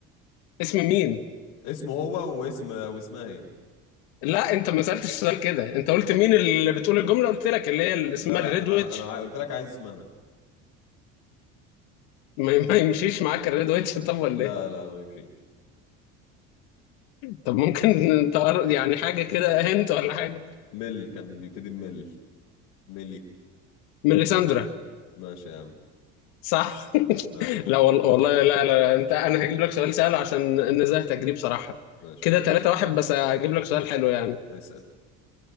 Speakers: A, on the left; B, on the left.
A: اسم مين؟
B: اسمه هو واسم واسمها هي
A: لا انت ما سألتش سؤال كده انت قلت مين اللي بتقول الجملة قلت لك اللي هي اللي اسمها
B: لا
A: الريد
B: انا
A: ويتش
B: انا عاي- قلت لك عايز اسمها
A: ما, ما يمشيش معاك الريد ويتش <laughs> طب ولا
B: لا
A: ايه؟
B: لا ما يمشيش
A: طب ممكن انت يعني حاجة كده هنت ولا حاجة
B: مل كان بيبتدي بمل ملي
A: ميليساندرا
B: ماشي يا عم
A: صح
B: سهل
A: لا والله والله لا لا انت انا هجيب لك سؤال سهل عشان نزهتك دي بصراحة
B: ماشي
A: كده
B: يا عم
A: 3
B: اس-
A: واحد بس هجيب لك سؤال حلو يعني
B: اسأل